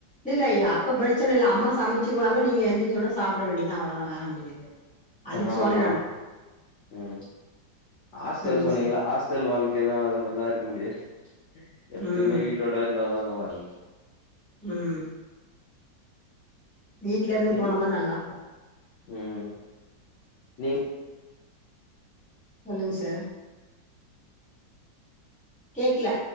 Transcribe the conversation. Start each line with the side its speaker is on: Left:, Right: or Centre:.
Centre: லில்லையா அப்ப பிரச்சன இல்ல அம்மா சமைச்சிருவாங்க நீங்க எந்தி ச்சோன சாப்பிட வேண்டியது தா அவ்ளோதா வேல முடிஞ்சது அதுக்கு
Left: ஆமா
Centre: சொன்னே நானு
Left: ம் ஆஸ்டல்
Centre: சொல்லுங்க
Left: சொன்னீங்களா
Centre: சார்
Left: ஆஸ்டல் வாழ்க்கைனா அது மாரிலா இருக்க முடியாது ம் எப்பையுமே
Centre: ம்
Left: வீட்டோட இருந்தா தா நல்லா இருக்கு
Centre: ம் வீட்ல இருந்து
Left: நீங்க
Centre: போனம்னா நல்லா இருக்கு
Left: ம் நீங்க
Centre: சொல்லுங் சார் கேக்குல